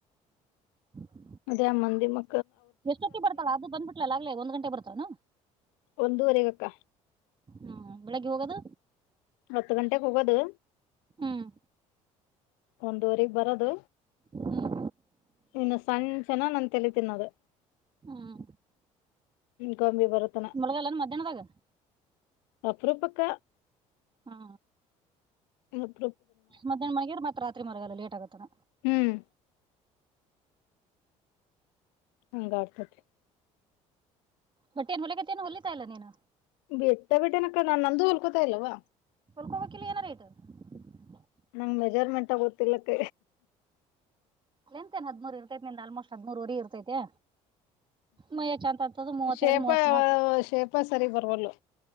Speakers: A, on the right (about 30°); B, on the left (about 75°).
A: <inaudible>
B: ಅದೇ ಮಂದಿ ಮ
A: ಎಷ್ಟೊತ್ತ ಬರ್ತಳ ಅದು ಬಂದ್ಬಿಟ್ಲಲ್ಲ ಆಗ್ಲೇ ಒಂದ್ ಗಂಟೆ ಬರ್ತಾಳ ಏನೋ
B: ಒಂದುವರೆಗ ಅಕ್ಕ
A: ಹ್ಮ್ ಬೆಳಗ್ಗೆ ಹೋಗದು
B: ಹತ್ತು ಗಂಟೆಗೆ ಹೋಗೋದು
A: ಹ್ಮ್.
B: ಒಂದುವರೆಗ್ ಬರದು.
A: ಹ್ಮ್
B: ಇನ್ನ ಸಂಜನ ನನ್ ತೆಲೆ ತಿನ್ನೋದು.
A: ಹ್ಮ್
B: ಗೊಂಬಿ ಬರೋತನ
A: ಮಳಗ ಎಲ್ಲಾನ ಮಧ್ಯಾಹನದಾಗ.
B: ಅಪರಪಕ್ಕ.
A: ಹಾ.
B: ಹ್ಮ.
A: ಮಧ್ಯಾಹ್ ಮನೆಗರ್ ಮತ್ತತ್ ರಾತ್ರಿ ಮರಗಲ್ಲ ಲೇಟ್ ಆಗತ್ತಾನ.
B: ಹ್ಮ್ ಹಂಗ ಆರ್ತತಿ.
A: ಬಟ್ ಏನ್ ಹೊಲಗತ ಏನು ಹೊಲಿತಾ ಇಲ್ಲ ನೀನು.
B: ಬೆಟ್ಟ ಬಿಟ್ಟೆನಕ ನಾ ನಂದು ಹೊಲ್ಕೋತಾ ಇಲ್ವಾ.
A: ಫಲ್ಕೋವಾ ಕಲ್ಲಿ ಏನ ರೇಟ. <unintelligible>
B: ನಂಗ ಮೆಜರ್ಮೆಂಟ್ ಗೊತ್ತಲಕ್ಕ.
A: ಲೆಂತ್ಏನ್ ಹದ್ಮೂರ್ ಇರ್ತೈತಿ ನಿಂದ ಆಲ್ಮೋಸ್ಟ್ ಹದ್ವರೆಗ ಇರ್ತೆ. ಮಯ ಚಂತ <unintelligible> ಅಂತದ್ದ ಮೂವತ್ತೆರಡು
B: ಶೇಪ
A: ಮೂವತ್ತ್ ನಾಲ್ಕು.
B: ಶೇಪ ಸರಿ ಬರ್ವಲ್ಲು